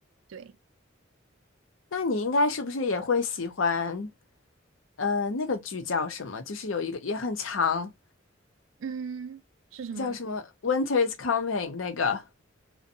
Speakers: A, on the right (about 75°); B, on the left (about 85°).
A: 对，
B: 那你应该是不是也会喜欢？呃，那个剧叫什么？就是有一个也很长，
A: 嗯，是什么呢
B: 叫什么《Winter is Coming》那个